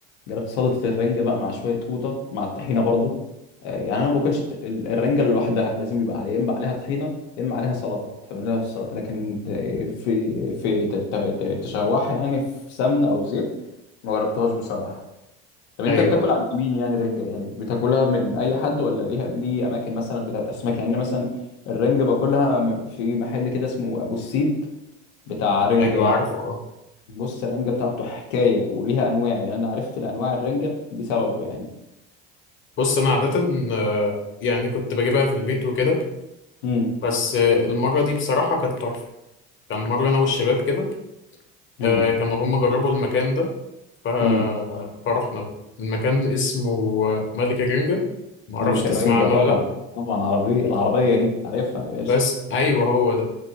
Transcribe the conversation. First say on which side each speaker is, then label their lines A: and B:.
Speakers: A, on the left; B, on the left.
A: جربت سلطه الرنجه بقى مع شويه قوطه مع الطحينه برضو آه، يعني انا ما باكلش الت- ال- الرنجه لوحدها لازم يبقى عليها يا اما عليها طحينه يا اما عليها سلطه تعمل لها في السلطه لكن آه، في في ت- ت- ت- تشوحها يعني في سمنه او زيت ما جربتهاش بصراحه طب انت
B: أيوه
A: بتاكل عند مين يعني رنجه يعني بتاكلها من اي حد ولا ليها ليه اماكن مثلا بتاعت اسماك يعني أنا مثلا الرنجه باكلها م- في محل كده اسمه ابو السيد بتاع رنجة
B: أيوه
A: يعني
B: عارفه أه
A: بص الرنجة بتاعته حكاية وليها أنواع يعني أنا عرفت الأنواع الرنجة بسببه يعني
B: بص أنا عادة آه، يعني كنت بجيبها في البيت وكده
A: امم
B: بس آه، المرة دي بصراحة كانت تحفة كان مرة أنا والشباب كده
A: امم
B: آه، كانوا هم جربوا المكان ده ف...
A: امم
B: فرحنا بقى المكان اسمه آه، ملك الرنجة معرفش
A: ملك
B: تسمع
A: الرنجة
B: عنه
A: طبعا
B: ولا لأ
A: طبعا عربية العربية دي عارفها يا باشا
B: بس أيوه هو ده